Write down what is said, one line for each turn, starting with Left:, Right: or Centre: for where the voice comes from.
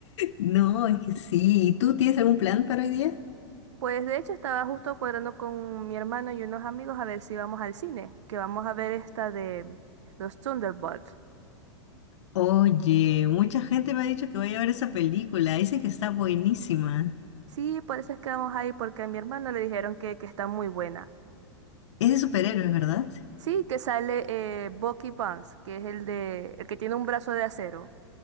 Left: No, es que sí, ¿y tú tienes algún plan para hoy día?
Right: Pues de hecho estaba justo cuadrando con mi hermano y unos amigos a ver si vamos al cine, que vamos a ver esta de los Thunderbolts.
Left: Oye, mucha gente me ha dicho que voy a ver esa película. Dicen que está buenísima.
Right: Sí, por eso es que vamos a ir, porque a mi hermano le dijeron que, que está muy buena.
Left: Es de superhéroes, ¿verdad?
Right: Sí, que sale eh, Bucky Barnes, que es el de el que tiene un brazo de acero.